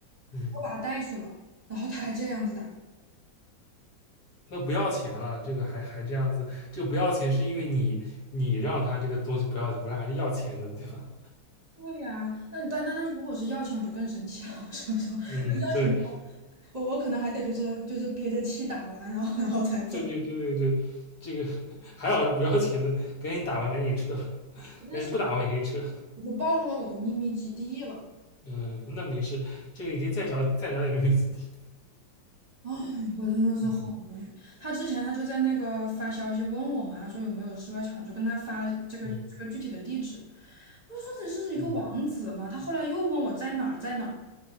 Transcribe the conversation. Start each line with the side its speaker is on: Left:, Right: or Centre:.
Left: 嗯，
Right: 我把他带去了，然后他还这个样子打，
Left: 那不要钱了，这个还还这样子，这个不要钱是因为你你让他这个东西不要不本来还是要钱的对吧？
Right: 对呀、那但但但是如果是要钱，我就更生气了。<laughs> 我说说，要钱的话，
Left: 嗯，对，
Right: 我我可能还得就是就是憋着气打完，然后然后才走。
Left: 对对对对对，这个 <laughs> 还好是不要钱的，赶紧打完赶紧撤，<laughs>
Right: <laughs> 但是
Left: 赶紧不打完也可以撤。
Right: 我就暴露了我的秘密基地了。
Left: 嗯，那没事，这个你可以再找再找也没没问题。
Right: 哎，我真的是很无语。
Left: 嗯
Right: 他之前他就在那个发消息问我嘛，他说有没有室外场，我就跟他发这个这个具体的地址。
Left: 嗯
Right: 我就说你是一个王子嘛。
Left: 嗯
Right: 他后来又问我在哪儿，在哪儿。